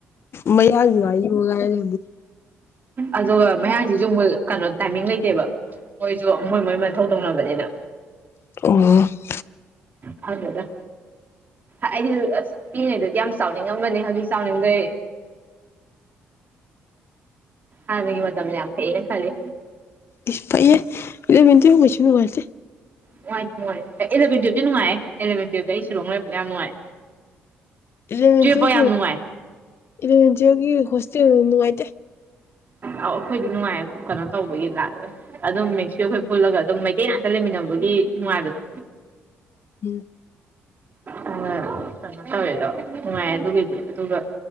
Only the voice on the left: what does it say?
ꯃꯌꯥꯢ <unintelligible> ꯌꯦꯡꯉꯒꯥꯏꯔ
ꯑꯣ
ꯏꯁ ꯐꯩꯌꯦ ꯏꯂꯚꯦꯟ <unintelligible> ꯇꯨꯌꯦꯄ ꯑꯣꯏꯁꯨ ꯅꯨꯉꯥꯏꯇꯦ
ꯏꯂꯚꯦꯟ
ꯇꯨꯌꯦꯜ
ꯏꯂꯚꯦꯟ ꯇꯨꯋꯜꯀꯤ ꯍꯣꯁꯇꯦꯜ ꯅꯨꯡꯉꯥꯏꯇꯦ
ꯎꯝ